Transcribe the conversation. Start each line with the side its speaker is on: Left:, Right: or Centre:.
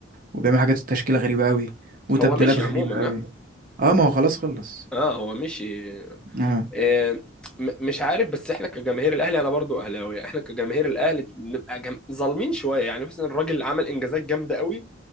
Right: وبيعمل حاجات التشكيلة غريبة قوي وتبديلات
Centre: هو مشي
Right: غريبة
Centre: عموما
Right: قوي
Centre: ها
Right: اه ما هو خلاص خلص
Centre: اه هو مشي
Right: اه
Centre: آه م- مش عارف بس احنا كجماهير الاهلي انا برضو اهلاوي احنا كجماهير الاهلي بنبقى جم... ظالمين شويه يعني مثلا الراجل عمل انجازات جامده قوي